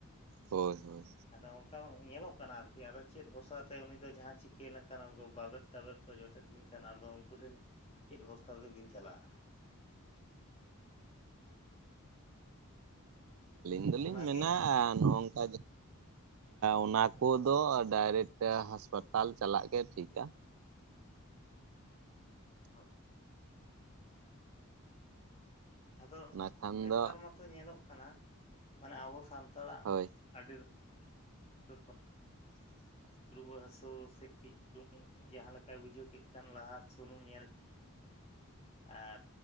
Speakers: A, on the right; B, on the left.
A: ᱦᱳᱭ ᱦᱳᱭ,
B: ᱟᱫᱚ ᱚᱝᱠᱟ ᱧᱮᱞᱚᱜ ᱠᱟᱱᱟ ᱟᱨᱠᱤ ᱟᱫᱚ ᱪᱮᱫ ᱵᱷᱚᱨᱥᱟ ᱛᱮ ᱩᱱᱤ ᱫᱚ ᱡᱟᱦᱟᱸ ᱪᱤᱠᱟᱹ ᱞᱮᱱᱠᱷᱟᱱ ᱩᱱᱠᱩ ᱵᱟᱵᱮᱨ ᱴᱟᱵᱮᱨ ᱠᱚ ᱡᱚᱴᱮᱫ ᱵᱤᱱ ᱠᱷᱟᱱ ᱟᱫᱚ ᱩᱱᱠᱩ ᱴᱷᱮᱱ ᱪᱮᱫ ᱵᱷᱚᱨᱥᱟ ᱛᱮᱵᱤᱱ ᱪᱟᱞᱟᱜᱼᱟ᱾
A: ᱟᱹᱞᱤᱧ ᱫᱚᱞᱤᱧ
B: ᱚᱱᱟᱜᱮ
A: ᱢᱮᱱᱟ ᱱᱚᱜᱝᱠᱟ ᱚᱱᱟ ᱠᱚᱫᱚ ᱰᱟᱭᱨᱮᱠᱴ ᱦᱟᱥᱯᱟᱛᱟᱞ ᱪᱟᱞᱟᱜ ᱜᱮ ᱴᱷᱤᱠᱟ᱾
B: <unintelligible> ᱟᱫᱚ
A: ᱚᱱᱟ ᱠᱷᱟᱱ
B: ᱱᱮᱛᱟᱨ
A: ᱫᱚ
B: ᱢᱟᱛᱚ ᱧᱮᱞᱚᱜ ᱠᱟᱱᱟ ᱢᱟᱱᱮ ᱟᱵᱚ ᱥᱟᱱᱛᱟᱲᱟᱜ
A: ᱦᱳᱭ
B: ᱟᱹᱰᱤ ᱨᱚᱠᱚᱢ
A: <unintelligible>
B: ᱨᱩᱣᱟᱹ ᱦᱟᱹᱥᱩ ᱥᱮ ᱠᱟᱹᱡ ᱪᱩᱞᱩᱝ ᱡᱟᱦᱟᱸ ᱞᱮᱠᱟᱭ ᱵᱩᱡᱷᱟᱹᱣ ᱠᱮᱫ ᱠᱷᱟᱱ ᱞᱟᱦᱟ ᱥᱩᱱᱩᱢ ᱧᱮᱞ ᱟᱨ